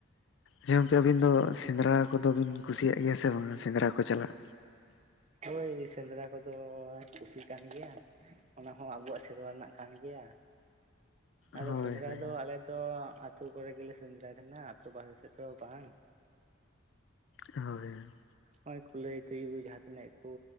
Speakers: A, on the left; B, on the right.
A: ᱦᱮᱸ ᱜᱚᱢᱠᱮ ᱟᱹᱵᱤᱱ ᱫᱚ ᱥᱮᱸᱫᱽᱨᱟ ᱠᱚᱫᱚ ᱵᱤᱱ ᱠᱩᱥᱤᱭᱟᱜ ᱜᱮᱭᱟ ᱥᱮ ᱵᱟᱝᱟ ᱥᱮᱸᱫᱽᱨᱟ ᱠᱚ ᱪᱟᱞᱟᱜ?
B: ᱦᱳᱭ ᱥᱮᱸᱫᱽᱨᱟ ᱠᱚᱫᱚ ᱠᱩᱥᱤ ᱠᱟᱱ ᱜᱮᱭᱟ᱾ ᱚᱱᱟ ᱦᱚᱸ ᱟᱵᱚᱣᱟᱜ ᱥᱮᱨᱣᱟ ᱨᱮᱱᱟᱜ ᱠᱟᱱ ᱜᱮᱭᱟ᱾ ᱟᱫᱚ
A: ᱦᱳᱭ
B: ᱥᱮᱸᱫᱽᱨᱟ
A: ᱦᱳᱭ
B: ᱫᱚ ᱟᱞᱮ ᱫᱚ ᱟᱹᱛᱩ ᱠᱚᱨᱮ ᱜᱮᱞᱮ ᱥᱮᱸᱫᱽᱨᱟᱭ ᱛᱟᱦᱮᱸᱱᱟ, ᱟᱹᱛᱩ ᱵᱟᱦᱟᱨᱮ ᱥᱮᱫ ᱫᱚ ᱵᱟᱝ᱾
A: ᱦᱳᱭ ᱦᱳᱭ᱾
B: ᱱᱚᱜ-ᱚᱭ ᱠᱩᱞᱟᱹᱭ ᱛᱩᱭᱩ ᱡᱟᱦᱟᱸ ᱛᱤᱱᱟᱹᱜ ᱜᱮᱠᱚ